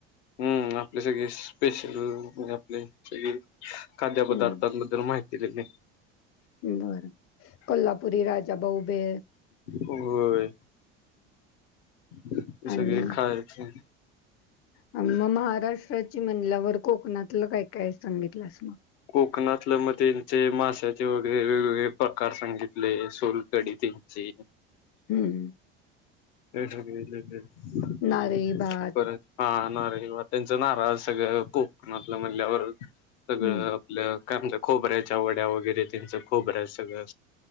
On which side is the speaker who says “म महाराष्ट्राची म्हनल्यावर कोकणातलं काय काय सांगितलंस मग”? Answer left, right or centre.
Left